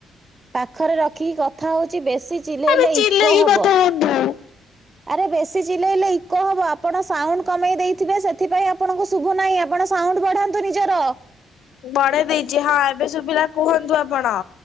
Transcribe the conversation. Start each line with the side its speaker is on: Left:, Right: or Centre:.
Right: ପାଖରେ ରଖିକି କଥା ହଉଚି ବେଶୀ ଚିଲେଇଲେ
Left: ଆରେ ଚିଲେଇକି
Right: ଇକୋ ହବ।
Left: କଥା ହଉଚୁ।
Right: ଆରେ ବେଶୀ ଚିଲେଇଲେ ଇକୋ ହବ ଆପଣ ସାଉଣ୍ଡ କମେଇ ଦେଇଥିବେ ସେଥିପାଇଁ ଆପଣଙ୍କୁ ଶୁ ଶୁଭୁ ନାହିଁ ଆପଣ ସାଉଣ୍ଡ ବଢାନ୍ତୁ ନିଜର।
Left: ବଢେଇ ଦେଇଛି ହଁ ଏବେ ଶୁଭିଲା କୁହନ୍ତୁ ଆପଣ।